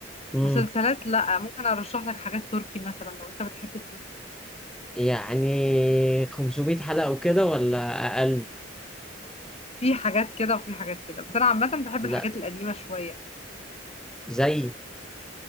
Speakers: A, in the centre; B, on the left.
A: مم.
B: مسلسلات لا ممكن ارشح لك حاجات تركي مثلا لو انت بتحب التركي
A: يعني 500 حلقة وكده ولا أقل
B: في حاجات كده وفي حاجات كده بس انا عامة بحب
A: لا
B: الحاجات القديمة شوية
A: زي